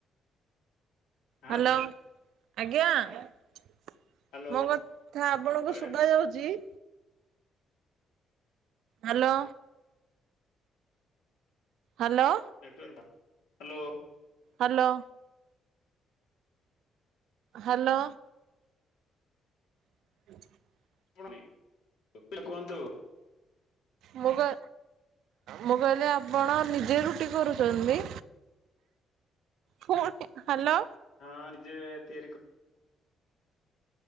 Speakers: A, on the left; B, on the right.
A: ହ୍ୟାଲୋ
B: ହାଲୋ ଆଜ୍ଞା ମୋ
A: ହ୍ୟାଲୋ
B: କ ଥା ଆପଣଙ୍କୁ
A: କୁଆଡେ
B: ଶୁଗା ଯାଉଚି? ହାଲୋ। ହାଲୋ।
A: ନେଟୱାର୍କ ବା ହାଲୋ।
B: ହାଲୋ। ହାଲୋ। <inaudible>
A: <inaudible> କୁହନ୍ତୁ।
B: ମୁଁ କ ମୁଁ କହିଲି ଆପଣ ନିଜେ ରୁଟି କରୁଚନ୍ତି? ଫୁଣି ହାଲୋ।
A: ହଁ ଯିଏ ତିଆରି କ